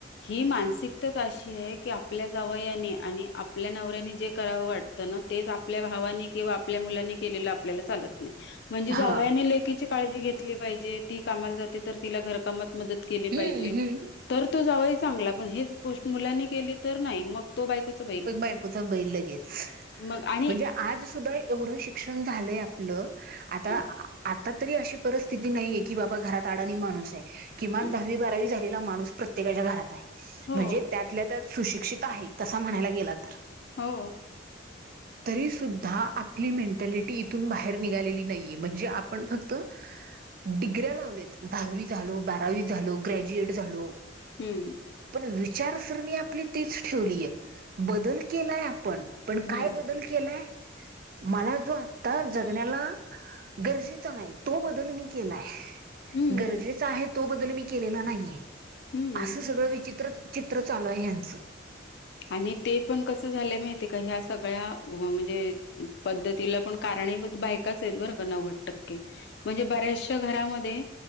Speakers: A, on the left; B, on the right.
A: ही मानसिकताच अशी हाय की की आपल्या जावंयाने आणि आपल्या नवऱ्यानी जे करावं वाटतं ना तेच आपल्या भावानी किंवा आपल्या मुलांनी केलेलं आपल्याला चालत म्हणजे
B: हा
A: जावयाने लेकीची काळजी घेतली पाहिजे ती कामाला जाते तर तिला घरकामात मदत केली
B: हम्म
A: पाहिजे
B: हम्म
A: तर तू जा चांगला पण हेच गोष्ट मुलांनी केली तर नाही मग तो बायकोच बैल.
B: बायकोचा बैल लगेच
A: मग आणि
B: म्हणजे आज सुद्धा एवढं शिक्षण झालंय हॅलो आता
A: हम्म
B: आता तरी अशी परिस्थिती नाहीये की बाबा घरात अडाणी माणूस हाय किमान
A: हम्म
B: दहावी बारावी लेला माणूस प्रत्येकाच्या घरात हाय
A: हो
B: म्हणजे त्यातल्या त्या सुशिक्षित आहे तसं म्हणायला गेला तर
A: हो
B: तरी सुद्धा आपली मेंटॅलिटी इथून बाहेर निघालेली नाहीये म्हणजे आपण फक्त डिग्र्या लावलेत दहावी झालो बारावी झालो ग्रॅज्युएट झालो
A: हम्म
B: पण विचारसरणी आपली तीच ठेवलीय बदल केलाय आपण पण
A: हम्म
B: काय बदल केलाय मला जो आत्ता जगण्याला गरजेचा नाही तो बदल मी केलाय
A: हम्म
B: गरजेच आहेत तो बद्दल मी केलेला नाहीे
A: हम्म.
B: असं सगळं विचित्र चित्र चालू आहे ह्यांचं.
A: आणि तेपण कस झालंय माहिती हाय का, ह्या सगळ्या म म्हणजे पद्धतीलापण कारणीभूत बायकाच आहेत, बरं का नव्वद टक्के. म्हणजे बऱ्याचशा घरामध्ये